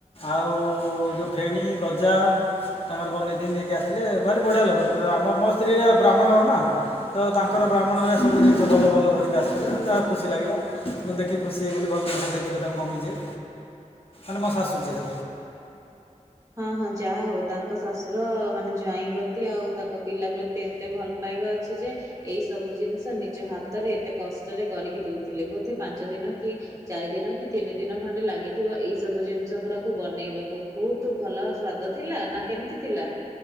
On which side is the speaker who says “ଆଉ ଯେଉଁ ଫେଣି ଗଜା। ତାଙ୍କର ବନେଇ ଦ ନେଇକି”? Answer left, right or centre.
Left